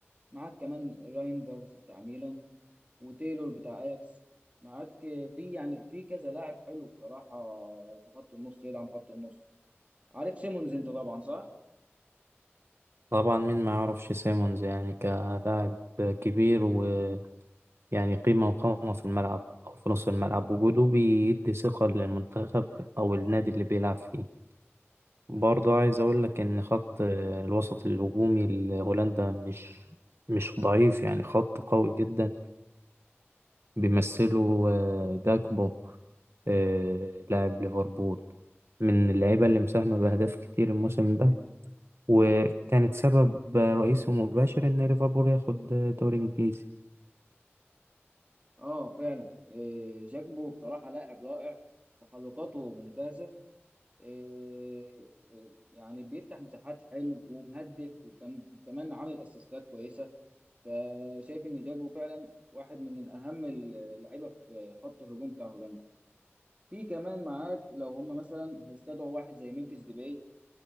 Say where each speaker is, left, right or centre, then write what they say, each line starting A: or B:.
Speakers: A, on the right (about 30°); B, on the right (about 65°).
A: معاك كمان رايندرز بتاع ميلان وتايلور بتاع اياكس معاك في يعني في كذا لاعب حلو بصراحة في خط النص يدعم خط النص عارف سيمونز انت طبعا صح؟
B: طبعا مين ما يعرفش سيمونز يعني كلاعب كبير ويعني قيمة وقامة في الملعب أو في نص الملعب وجوده بيدي ثقة للمنتخب أو النادي اللي بيلعب فيه برضه عايز أقول لك إن خط الوسط الهجومي لهولندا مش مش ضعيف يعني خط قوي جدا بيمثله آه، جاكبو آه، لاعب ليفربول من اللعيبة اللي مساهمة بأهداف كتير الموسم ده وكانت سبب رئيسي ومباشر إن ليفربول ياخد دوري إنجليزي
A: اه فعلا إيه جاكبو بصراحة لاعب رائع تحركاته ممتازة إيه إيه، يعني بيفتح مساحات حلو ومهدف وكان كمان عامل اسيستات كويسة فشايف ان جاكبو فعلا واحد من اهم اللعيبة في خط الهجوم بتاع هولندا في كمان معاك لو هم مثلا هيستدعوا واحد زي ممفيس ديباي